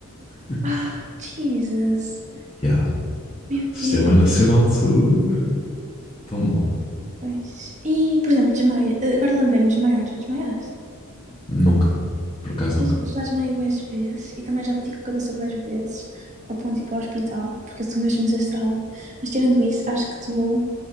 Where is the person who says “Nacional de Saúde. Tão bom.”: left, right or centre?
Left